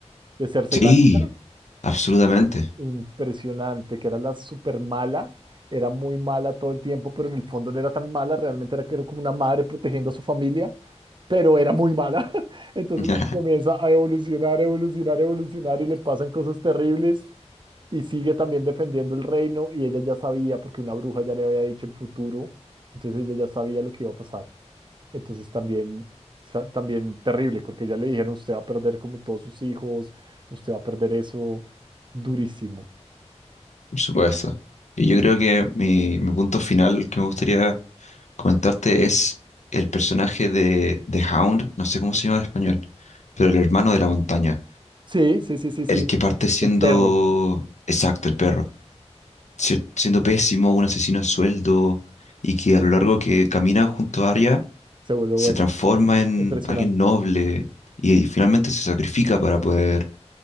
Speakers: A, on the right (about 45°); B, on the left (about 80°).
A: de Cersei
B: Sí,
A: Lannister
B: absolutamente.
A: impresionante, que era la super mala, era muy mala todo el tiempo, pero en el fondo no era tan mala, realmente era, que era como una madre protegiendo a su familia, pero era muy mala. <laughs> Entonces
B: <laughs>
A: comienza a evolucionar, evolucionar, evolucionar y le pasan cosas terribles y sigue también defendiendo el reino y ella ya sabía, porque una bruja ya le había dicho el futuro, entonces ella ya sabía lo que iba a pasar. Entonces también... sa- También terrible, porque ya le dijeron, usted va a perder como todos sus hijos, usted va a perder eso durísimo.
B: Por supuesto. Y yo creo que mi, mi punto final que me gustaría comentarte es el personaje de, de Hound, no sé cómo se llama en español, pero el hermano de la montaña,
A: Sí, sí, sí, sí, sí.
B: el que parte siendo,
A: El perro
B: exacto, el perro, si- siendo pésimo, un asesino a sueldo, y que a lo largo que camina junto a Arya
A: se vuelve
B: se
A: bueno.
B: transforma en
A: Impresionante.
B: alguien noble y, finalmente se sacrifica para poder